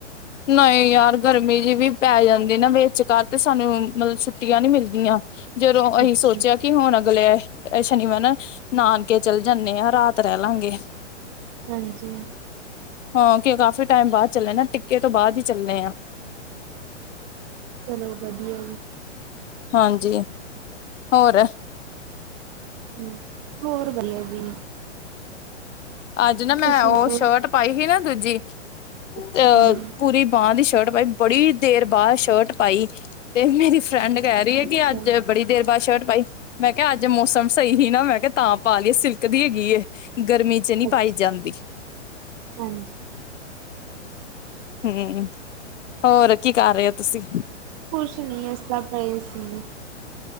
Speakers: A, on the left; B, on the right.
A: ਨਹੀਂ ਯਾਰ ਗਰਮੀ ਜਿਹੀ ਵੀ ਪੈ ਜਾਂਦੀ ਨਾ ਵਿਚਕਾਰ ਤੇ ਸਾਨੂੰ ਮਤਲਬ ਛੁੱਟੀਆਂ ਨੀ ਮਿਲਦੀਆਂ। ਜਦੋਂ ਅਸੀਂ
B: ਅੱਛਾ।
A: ਸੋਚਿਆ ਕਿ ਹੁਣ ਅਗਲੇ ਸ਼ਨੀਵਾਰ ਨਾਨਕੇ ਚਲ ਜਾਣੇ ਆ ਰਾਤ ਰਹਿ ਲਾਂਗੇ
B: ਹਾਂਜੀ।
A: ਹਾਂ ਕਿ ਕਾਫ਼ੀ ਟਾਈਮ ਬਾਅਦ ਚੱਲੇ ਨਾ ਟਿੱਕੇ ਤੋਂ ਬਾਅਦ ਹੀ ਚੱਲੇ ਆ।
B: ਚਲੋ ਵਧੀਆ।
A: ਹਾਂਜੀ ਹੋਰ।
B: ਹੂ ਹੋਰ ਵਧੀਆ ਜੀ।
A: ਅੱਜ ਨਾ
B: ਤੁਸੀਂ
A: ਮੈਂ ਉਹ
B: ਦੱਸੋ?
A: ਸ਼ਰਟ ਪਾਈ ਸੀ ਨਾ ਦੂਜੀ ਅ
B: ਅੱਛਾ ਜੀ,
A: ਪੂਰੀ ਬਾਂਹ ਦੀ ਸ਼ਰਟ ਪਾਈ ਬੜੀ ਦੇਰ ਬਾਅਦ ਸ਼ਰਟ ਪਾਈ ਤੇ ਮੇਰੀ ਫਰੈਂਡ ਕਹਿ ਰਹੀ ਐ
B: ਅੱਛਾ,
A: ਕਿ ਅੱਜ ਬੜੀ ਦੇਰ ਬਾਅਦ ਸ਼ਰਟ ਪਾਈ। ਮੈਂ ਕਿਹਾ ਅੱਜ ਮੌਸਮ ਸਹੀ ਹੀ ਨਾ, ਮੈਂ ਕਿਹਾ ਤਾਂ ਪਾ ਲਈਏ, ਸਿਲਕ ਦੀ ਹੈਗੀ ਏ ਗਰਮੀ। ਨਹੀ
B: ਅੱਛਾ
A: ਪਾਈ ਜਾਂਦੀ।
B: ਹਾਂਜੀ।
A: ਹੂ ਹੋਰ ਕੀ ਕਰ ਰਹੇ ਹੋ ਤੁਸੀਂ?
B: ਕੁਛ ਨਹੀਂ ਇਸਦਾ ਪਏ ਸੀ।